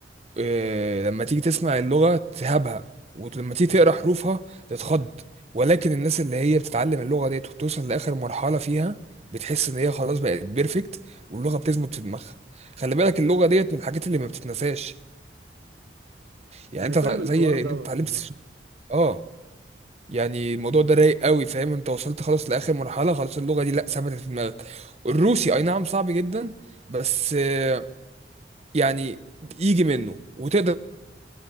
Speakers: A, on the right; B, on the right.
A: آه، لما تيجي تسمع اللغة تهابها ولما تيجي تقرأ حروفها تتخض ولكن الناس اللي هي بتتعلم اللغة ديت وبتوصل لآخر مرحلة فيها بتحس إن هي خلاص بقت بيرفكت واللغة بتثبت في دماغها خلي بالك اللغة ديت من الحاجات اللي ما بتتنساش يعني
B: انا
A: أنت
B: فاهم
A: تع- زي
B: الحوار دوت
A: إن أنت اتعلمت
B: والله
A: آه يعني الموضوع ده رايق قوي فاهم أنت وصلت خلاص لآخر مرحلة خلاص اللغة دي لأ ثبتت في دماغك الروسي أي نعم صعب جدا بس آه، يعني يجي منه وتقدر